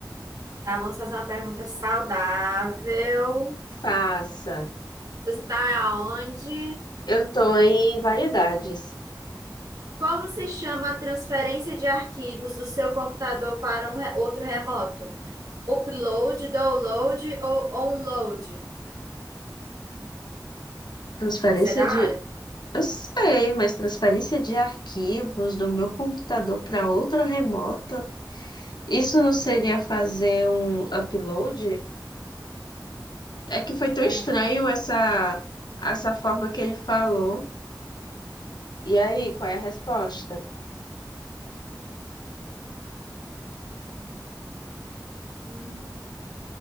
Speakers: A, on the right; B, on the left.
A: Tá, vamos fazer uma pergunta saudável.
B: Faça.
A: Você tá aonde?
B: Eu estou em variedades.
A: Como se chama a transferência de arquivos do seu computador para um re- outro remoto? Upload, download ou onload?
B: Transferência
A: Você é da
B: de.
A: área?
B: Eu sei, mas transferência de arquivos do meu computador para outro remoto. Isso não seria fazer um upload? É que
A: Será?
B: foi tão estranho essa, essa forma que ele falou. E aí, qual é a resposta?
A: Hum,